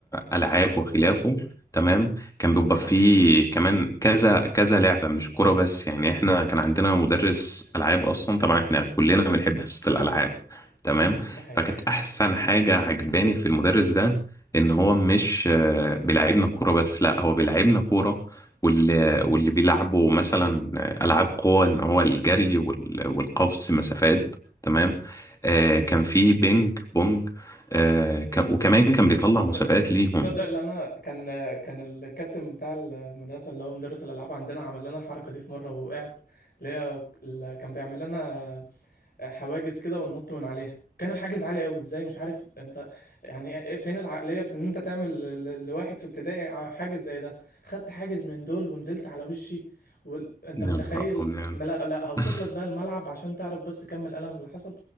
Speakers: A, on the left (about 20°); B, on the left (about 65°).
A: ألعاب وخلافه تمام كان بيبقى فيه
B: أمم،
A: كمان كذا كذا لعبة مش كرة بس يعني احنا كان عندنا مدرس ألعاب أصلا طبعا احنا كلنا بنحب حصة الألعاب تمام
B: ده حقيقي
A: فكانت أحسن حاجة عجباني في المدرس ده إن هو مش آه، بيلعبنا كورة بس لا هو بيلعبنا كورة واللي واللي بيلعبوا مثلا ألعاب قوة إن هو الجري وال- والقفز مسافات تمام
B: <laughs>
A: آه،
B: اه
A: كان في بينج بونج آه، ك- وكمان كان بيطلع
B: تس-
A: مسابقات ليهم
B: تصدق ان انا كان كان الكابتن بتاع المدرسه اللي هو مدرس الالعاب عندنا عمل لنا الحركه دي في مره وقعت اللي هي اللي كان بيعمل لنا حواجز كده وننط من عليها كان الحاجز عالي قوي ازاي مش عارف انت يعني فين العقليه في ان انت تعمل ل- ل- لواحد في ابتدائي ع- حاجز زي ده خدت حاجز من دول ونزلت على وشي وانت
A: يا
B: متخيل
A: نهار أبيض.
B: ما لا لا هوصف
A: <laughs>
B: لك بقى الملعب عشان تعرف بس كم الألم اللي حصل